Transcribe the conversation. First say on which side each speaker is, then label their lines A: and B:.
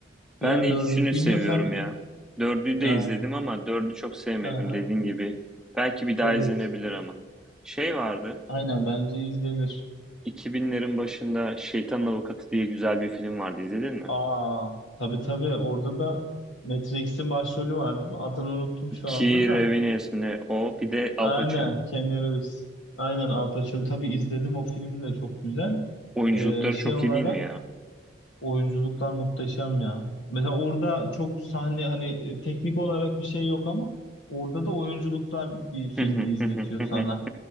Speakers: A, on the left; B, in the centre.
A: Diğer
B: Ben de ikisini
A: dördüncü bilmiyorum
B: seviyorum
A: sen
B: ya. Dördü de
A: Ha,
B: izledim ama dördü çok sevmedim
A: aha,
B: dediğin gibi. Belki bir daha
A: evet
B: izlenebilir ama. Şey vardı.
A: aynen bence izlenir.
B: 2000'lerin başında Şeytanın Avukatı diye güzel bir film vardı izledin mi?
A: Aa tabii tabii orada da Matrix'in başrolü var değil mi? Adını unuttum şu anda
B: Keira
A: da.
B: Revenues mi o bir de Al
A: Aynen
B: Pacino.
A: Keanu Reeves. Aynen Al Pacino. Tabii izledim o film de çok güzel.
B: Oyunculukları
A: Ee, şey
B: çok
A: olarak
B: iyi değil mi ya?
A: oyunculuklar muhteşem ya. Mesela orada çok sahne hani e, teknik olarak bir şey yok ama orada da oyunculuklar bir filmi
B: <laughs>
A: izletiyor sana.